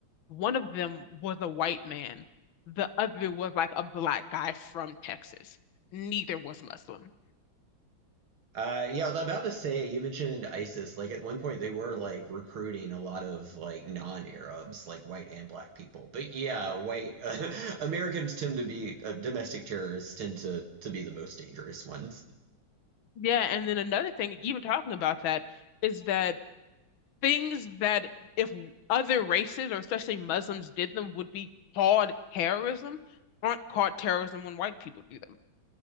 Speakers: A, on the left (about 75°); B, on the right (about 85°).
A: One of them was a white man, the other was like a black guy from Texas. Neither was Muslim.
B: Uh, yeah, I was about to say you mentioned ISIS. Like at one point, they were like recruiting a lot of like non-Arabs, like white and black people. But yeah, white <laughs> uh, Americans tend to be uh, domestic terrorists tend to to be the most dangerous ones.
A: Yeah, and then another thing, even talking about that, is that things that if other races or especially Muslims did them would be called terrorism aren't called terrorism when white people do them.